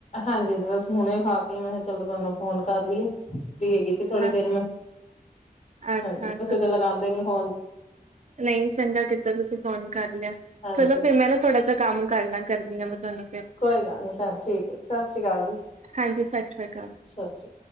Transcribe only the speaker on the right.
ਅ
ਅੱਛਾ-ਅੱਛਾ
ਨਈ, ਚੰਗਾ ਕੀਤਾ ਤੁਸੀਂ ਫੋਨ ਕੱਰ ਲੇਆ
ਚਲੋ,
ਫੇਰ ਮੈਂ ਨਾ ਥੋੜਾ ਜਾ ਕੰਮ ਕੱਰ ਲਾਂ, ਕਰਦੀ ਆਂ ਮੈਂ ਤਵਾਨੂੰ ਫੇਰ।
ਹਾਂਜੀ ਸਤਿ ਸ੍ਰੀ ਅਕਾਲ।